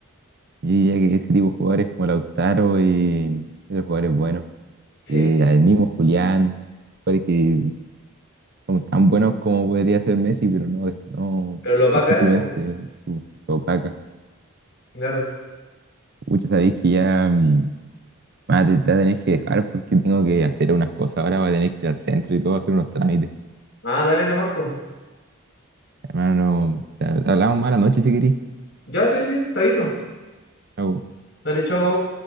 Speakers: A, on the right; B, on the left.
A: Yo diría que ese tipo de jugadores como Lautaro y otros jugadores buenos,
B: Sí,
A: eh, el mismo Julián, jugadores que son tan buenos como podría ser Messi, pero no, no
B: pero lo va
A: por
B: a caer,
A: simplemente
B: pues,
A: eh, su su opaca.
B: claro.
A: Muchos sabéis que ya. mm, Ah, te, te voy a tener que dejar porque tengo que hacer unas cosas. Ahora voy a tener que ir al centro y todo, hacer unos trámites.
B: Ah, dale nomás, pues.
A: Hermano, te- te hablamos más la noche si querís.
B: Ya, sí, sí, te aviso.
A: Chau.
B: Dale, chao.